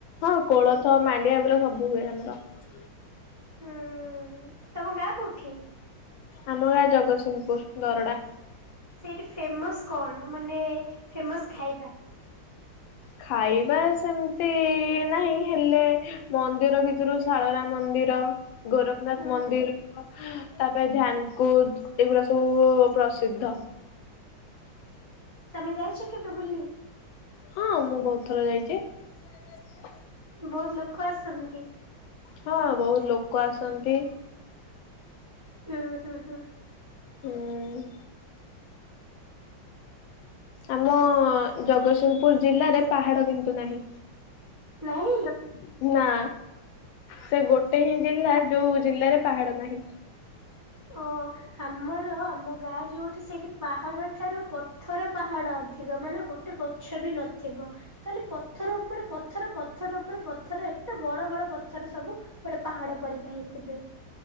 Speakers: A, on the left (about 75°); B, on the right (about 25°).
A: ହଁ କୋଳଥ ମାଣ୍ଡିଆ ଗୁୁରା ସବୁ ହୁଏ ଆମର ।
B: ହୁଁ ତମ ଗାଁ କୋଉଠି?
A: ଆମ ଗାଁ ଜଗତସିଂହପୁର ଦରଡ଼ା ।
B: ସେଇଠି ଫେମସ କଣ ମାନେ ଫେମସ ଖାଇବା?
A: ଖାଇବା ସେମିତି ନାହିଁ ହେଲେ ମନ୍ଦିର ଭିତରୁ ଶାଳରା ମନ୍ଦିର ମନ୍ଦିର ଗୋରଖନାଥ
B: ହୁଁ
A: ମନ୍ଦିର ତାପରେ ଧ୍ୟାନକୁଦ ଏଗୁଗୁରା ସବୁ ଉ-ଉ ପ୍ରସିଦ୍ଧ।
B: ତମେ ଯାଇଚ କେବେ ବୁଲି?
A: ହଁ ମୁଁ ବହୁତ ଥର ଯାଇଚି ।
B: ବହୁତ ଲୋକ ଆସନ୍ତି?
A: ହଁ ବହୁତ ଲୋକ ଆସନ୍ତି
B: ହୁଁ ହୁଁ ହୁଁ।
A: ହୁଁ। ଆମ ଜଗତସିଂହପୁର ଜିଲ୍ଲାରେ ପାହାଡ଼ କିନ୍ତୁ ନାହିଁ
B: ନାହିଁ ଆଉ
A: । ନା ସେ ଗୋଟେ ହିଁ ଜିଲ୍ଲା ଯୋଉ ଜିଲ୍ଲାରେ ପାହାଡ଼ ନାହିଁ।
B: ଓ ଆମର ଆମ ଗାଁ ଯୋଉଠି ସେଇଠି ପାହାଡ ଠାରୁ ପଥର ପାହାଡ ଅ ଅଧିକ ମାନେ ଗୋଟେ ଗଛ ବି ନଥିବ ତାହେଲେ ପଥର ଉପରେ ପଥର ପଥର ଉପରେ ପଥ ପଥର ଏତେ! ବଡ ବଡ ପଥର ସବୁ ଗୋଟେ ପାହାଡ ପରିକା ହେଇଥିବେ।